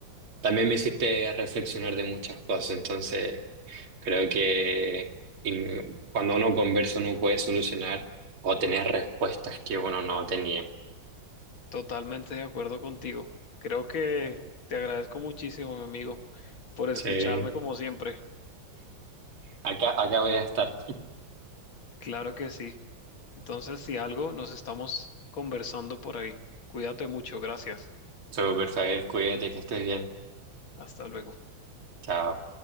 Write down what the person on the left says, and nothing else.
Totalmente de acuerdo contigo. Creo que te agradezco muchísimo, mi amigo, por escucharme
como siempre.
Claro que sí. Entonces, si algo, nos estamos conversando por ahí. Cuídate mucho. Gracias.
Hasta luego.